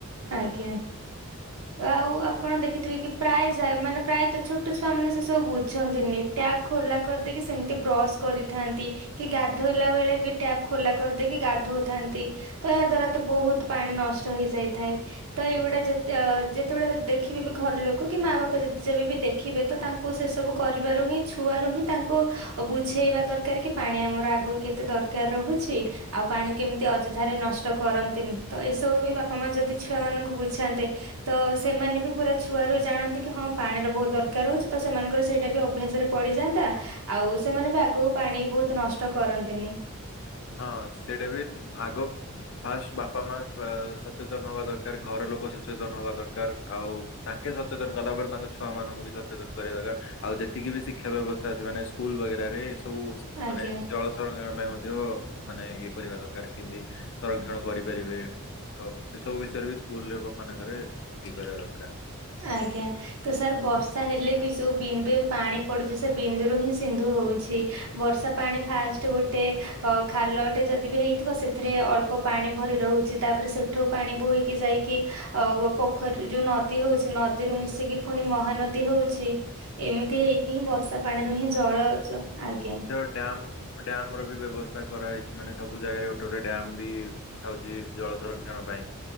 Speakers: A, on the right (about 75°); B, on the left (about 55°).
A: ଆଜ୍ଞା ତ ଆଉ ଆପ ଆପଣ ଦେଖିଥିବେ କି ପ୍ରାୟ ଯା ମାନେ ପ୍ରାୟତ ଛୋଟ ଛୁଆ ମାନେ ସେ ସବୁ ବୁଝନ୍ତିନି ଟ୍ୟାପ୍ ଖୋଲା କରିଦେଇକି ସେମିତି ବ୍ରସ୍ କରିଥାନ୍ତି। କି ଗାଧୋଇଲା ବେଳେ ବି ଟ୍ୟାପ୍ ଖୋଲା କରିଦେଇକି ଗାଧୋଉଥାନ୍ତି। ତ ଏହା ଦ୍ଵାରା ତ ବହୁତ ପାଣି ନଷ୍ଟ ହେଇଯାଇଥାଏ। ତ ଏଇଗୁଡା ଯେତେ ଯେତେବେଳେ ଦେଖିବେ ବି ଘର ଲୋକ କି ମା ବାପା ଯେତେ ଯେବେ ବି ଦେ ଖିବେ ତ ତାଙ୍କୁ ସେସବୁ କରିବାରୁ ହିଁ ଛୁଆରୁ ହିଁ ତାଙ୍କୁ ଆଉ ବୁଝେଇବା ଦରକାର କି ପାଣି ଆମର ଆଗକୁ କେତେ ଦରକାର ରହୁଛି। ଆଉ ପାଣି
B: ହଁ
A: କେମିତି ଅଯଥାରେ ନଷ୍ଟ କରନ୍ତିନି ତ ଏସବୁ ବି ବାପା ମା ଯଦି ଛୁଆ ମାନଙ୍କୁ ବୁଝାନ୍ତେ। ତ ସେମାନେ ବି ପୁରା ଛୁଆ ରୁ ଜାଣନ୍ତି କି ହଁ ପାଣିର ବହୁତ ଦରକାର ହଉଛି ତ ସେମାନଙ୍କର ସେଇଟା ବି ଅଭ୍ୟାସରେ ପଡିଯାଆନ୍ତା ଆଉ ସେମାନେ ବି ଆଗକୁ ପାଣି ବହୁତ ନଷ୍ଟ କରନ୍ତିନି।
B: ହଁ ସେଇଟା ବି ଆଗ ଫାଷ୍ଟ ବାପା ମା ସଚେତନ ହବା ଦରକାର ଘର ଲୋକ ସଚେତନ ହବା ଦର ଦରକାର ଆଉ ତାଙ୍କେ ସଚେତନ କଲା ପରେ ତାଙ୍କ ଛୁଆମାନଙ୍କୁ ବି ସଚେତନ କରିବା ଦରକାର। ଆଉ ଯେତିକି ବି ଶିକ୍ଷା ବ୍ୟବସ୍ଥା ଅଛି ମାନେ ସ୍କୁଲ ବଗେରାରେ ଏ ସବୁ
A: ଆଜ୍ଞା।
B: ମାନେ ଜଳ ସଂରକ୍ଷଣ ପାଇଁ ମଧ୍ୟ ମାନେ ଇଏ କରିବା ଦରକାର କେମିତି ସଂରକ୍ଷଣ କରିପାରିବେ। ତ ସେ ସବୁ ବିଷୟରେ ବି ସ୍କୁଲ ରେ ମାନଙ୍କରେ ଇଏ କରିବା ଦରକାର।
A: ଆଜ୍ଞା। ତ ସାର୍ ବର୍ଷା ହେଲେ ବି ଯୋଉ ବିନ୍ଦୁଏ ପାଣି ପଡୁଛି ସେ ବିନ୍ଦୁରୁ ହିଁ ସିନ୍ଧୁ ହଉଛି। ବର୍ଷା ପାଣି ଫାଷ୍ଟ ଗୋଟେ ଅ ଖାଲଟେ ଯଦି ବି ହେଇଥିବ ସେଥିରେ ଅଳ୍ପ ପାଣି ଭରି ରହୁଛି ତାପରେ ସେଠୁ ପାଣି ବୋହିକି ଯାଇକି ପୋଖରୀ ଯୋଉ ନ ଦୀ ହଉଛି ନଦୀରୁ ମିଶିକି ପୁଣି ମହାନଦୀ ହଉଛି ଏମିତି ହେଇକି ହିଁ ବର୍ଷା ପାଣିରୁ ହିଁ ଜଳଜ ଆଜ୍ଞା।
B: ଡ୍ୟାମ୍ ଡ୍ୟାମ୍ ର ବି ବ୍ୟବସ୍ଥା କରାଯାଇଛି ମାନେ ସବୁ ଜାଗାରେ ଗୋଟେ ଗୋଟେ ଡ୍ୟାମ୍ ବି ଥାଉଛି ଜଳ ସଂରକ୍ଷଣ ପାଇଁ।